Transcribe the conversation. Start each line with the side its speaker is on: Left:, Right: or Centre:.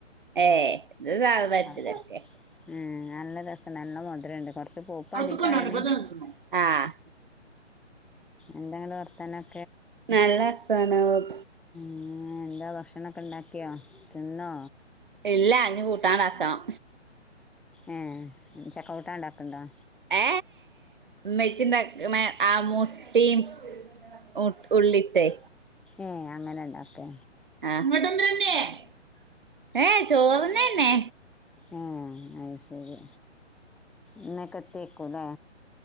Right: ഏയ് ഇത് സാധ വരിക്കചക്കെ
Centre: ആഹ് ഉം നല്ല രസം നല്ല മധുരം ഉണ്ട് കൊറച്ച് പൂപ്പ്
Right: <unintelligible>
Centre: അധികായിണ്
Right: ആഹ്
Centre: എന്താങ്ങട്ട് വർത്തനം
Right: നല്ല വർത്താനം
Centre: ഉം എന്താ ഭക്ഷണൊക്കെ ഇണ്ടാക്കിയോ തിന്നോ
Right: ഇല്ല അഞ്ഞ് കൂട്ടാ ണ്ടാക്കണം
Centre: ഏ ചക്ക കൂട്ടാണ്ടാ ഇണ്ടാക്ക്ണ്ടോ
Right: ഏ മെച്ചിണ്ടാ ആ മുട്ടിം ഉ ഉള്ളിട്ട്
Centre: ഏയ് അങ്ങനെ ഉണ്ടാക്കെ
Right: ആ <unintelligible> ഏ ചോറന്നന്നെ
Centre: ആ അത്ശരി ഇന്നൊക്കെ എത്തു യ്ക്കൂ ലെ